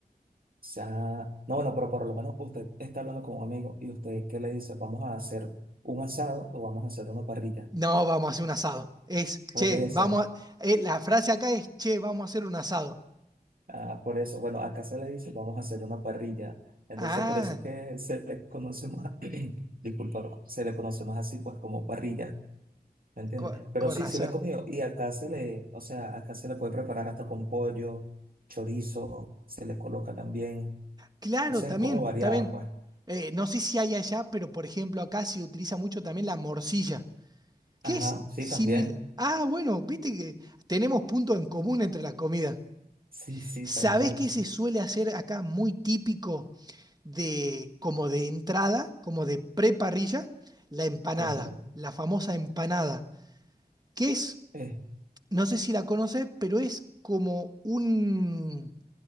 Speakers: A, on the right; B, on the right.
A: sea, no, bueno, pero por lo menos usted está hablando con un amigo y usted qué le dice, vamos a hacer un asado o vamos a hacer una parrilla.
B: No, vamos a hacer un asado. Es,
A: Por
B: che,
A: eso,
B: vamos a- eh, la frase acá es, che, vamos a hacer un asado.
A: ah, por eso, bueno, acá se le dice, vamos a hacer una parrilla. Entonces,
B: Ah,
A: por eso es que se le conoce más, <clears throat> disculpa, bro, se le conoce más así, pues como parrilla, ¿me entiendes?
B: co-
A: Pero
B: con
A: sí,
B: razón.
A: sí la he comido y acá se le, o sea, acá se le puede preparar hasta con pollo, chorizo, se le coloca también,
B: Claro,
A: o sea,
B: también,
A: es como variada,
B: también.
A: pues.
B: Eh, no sé si hay allá, pero por ejemplo acá se utiliza mucho también la morcilla. ¿Qué
A: Ajá,
B: es
A: sí,
B: similar?
A: también.
B: Ah, bueno, viste que tenemos puntos en común entre las comidas.
A: Sí, sí,
B: ¿Sabés
A: tal cual.
B: qué se suele hacer acá muy típico de como de entrada, como de preparrilla? La empanada,
A: Cuéntame.
B: la famosa empanada, que es,
A: Eh,
B: no sé si la conoces, pero es como un,